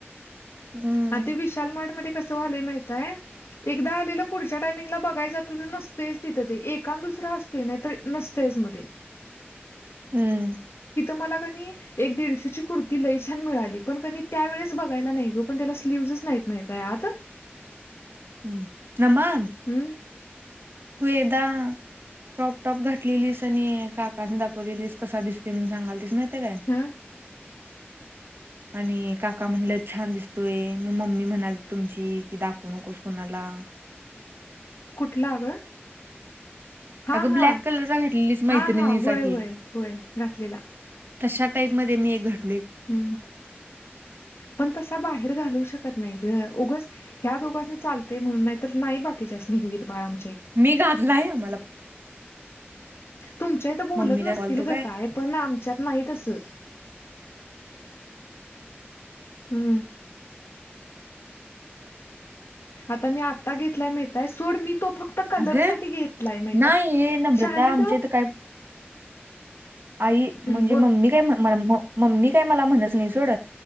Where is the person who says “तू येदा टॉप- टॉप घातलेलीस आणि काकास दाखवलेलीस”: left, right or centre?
Right